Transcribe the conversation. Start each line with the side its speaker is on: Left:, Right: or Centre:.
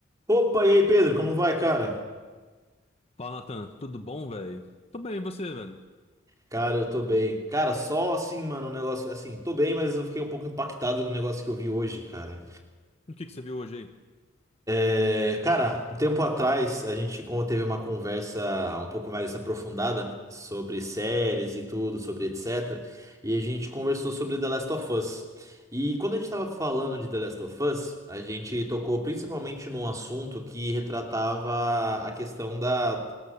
Right: Opa, e aí, Pedro, como vai, cara?
Left: Fala, Nathan. Tudo bom, velho? Tô bem, e você, velho?
Right: Cara, eu tô bem. Cara, só assim, mano, um negócio assim, tô bem, mas eu fiquei um pouco impactado com o negócio que eu vi hoje, cara.
Left: O que que você viu hoje aí?
Right: É, cara, um tempo atrás a gente como teve uma conversa um pouco mais aprofundada sobre séries e tudo, sobre etc. E a gente conversou sobre The Last of Us. E quando a gente tava falando de The Last of Us, a gente tocou principalmente num assunto que retratava a questão da